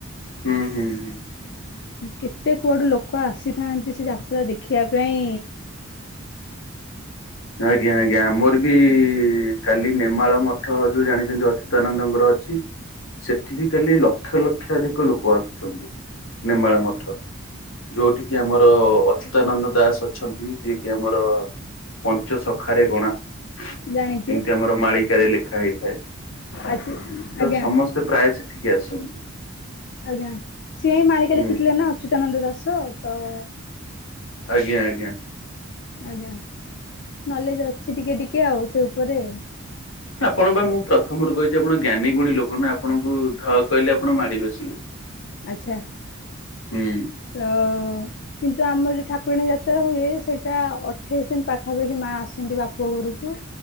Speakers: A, on the left; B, on the left.
A: ହୁଁ ହୁଁ ହୁଁ।
B: କେତେ କୁଆଡୁ ଲୋକ ଆସିଥାନ୍ତି ସେ ଯାତ୍ରା ଦେଖିବା ପାଇଁ।
A: ଆଜ୍ଞା ଆଜ୍ଞା ଆମର ବି କାଲି ନେମାଳ ମଠ ଯୋଉ ଜାଣିଛନ୍ତି ଅଚ୍ୟୁତାନନ୍ଦଙ୍କର ଅଛି। ସେଠି ବିି କାଲି ଲକ୍ଷ ଲକ୍ଷାଧିକ ଲୋକ ଆସୁଛନ୍ତି ନେମାଳ ମଧ୍ୟ ଯୋଉଠ କିି ଆମର ଅଚ୍ୟୁତାନନ୍ଦ ଦାସ ଅଛନ୍ତି ଯିଏ କିି ଆମର ପଞ୍ଚ ସଖାରେ ଗଣା ଯେମିତି
B: ଜାଣିଛି
A: ଆମର ମାଳିକାରେ ଲେଖା ହେଇଥାଏ। ତ
B: ଆଜି ଆଜ୍ଞା
A: ସମସ୍ତେ ପ୍ରାୟ ସେଠିକି ଆସନ୍ତି।
B: ଆଜ୍ଞା ସିଏ ହି ମାଳିକା
A: ହୁଁ
B: ଲେଖିଥିଲେ ନା ଅଚ୍ୟୁତାନନ୍ଦ ଦାସ ତ
A: ଆଜ୍ଞା ଆଜ୍ଞା।
B: ଆଜ୍ଞା ନଲେଜ ଅଛି ଟିକେ ଟିକେ ଆଉ ସେ ଉପରେ।
A: ଆପଣ ପାଇଁ ମୁଁ ପ୍ରଥମରୁ କହିଛି ଆପଣ ଜ୍ଞାନୀ ଗୁଣୀ ଲୋକ ନା ଆପଣଙ୍କୁ ଧ କହିଲେ ଆପଣ ମାଡି ବସିବେ।
B: ଆଛା
A: ହୁଁ
B: ତ କିନ୍ତୁ ଆମର ଯୋଉ ଠାକୁରଣୀ ଯା ତ ହୁଏ ସେଇଟା ଅଠେଇଶି ଦିନ ପାଖାପାଖି ମା ଆସନ୍ତି ବାପ ଘରକୁ